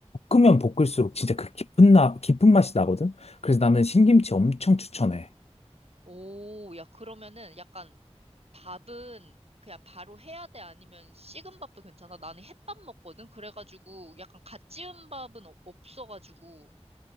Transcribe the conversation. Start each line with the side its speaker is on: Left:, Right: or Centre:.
Left: 볶으면 볶을수록 진짜 그 깊은 나, 깊은 맛이 나거든? 그래서 나는 신김치 엄청 추천해.
Right: 오, 야, 그러면은 약간 밥은 그냥 바로 해야 돼? 아니면 식은 밥도 괜찮아? 나는 햇밥 먹거든? 그래가지고 약간 갓 지은 밥은 없- 없어가지고.